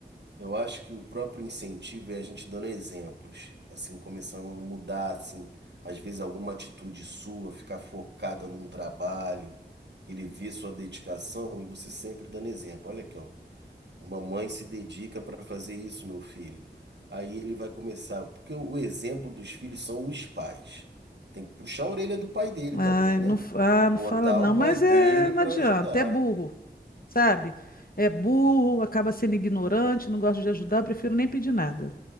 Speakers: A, on the right; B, on the left.
A: Eu acho que o próprio incentivo é a gente dando exemplos, assim, começando a mudar, assim, às vezes alguma atitude sua, ficar focada num trabalho, ele vê sua dedicação e você sempre dando exemplo. Olha aqui, ó. Uma mãe se dedica para fazer isso, meu filho. Aí ele vai começar, porque o o exemplo dos filhos são os pais. Tem que puxar a orelha do pai dele
B: Ai,
A: também,
B: não,
A: né?
B: f- ah, não
A: Botar
B: fala não,
A: o
B: mas
A: pai dele
B: é, não
A: para
B: adianta,
A: ajudar,
B: é burro. sabe? É burro, acaba sendo ignorante, não gosta de ajudar, eu prefiro nem pedir nada.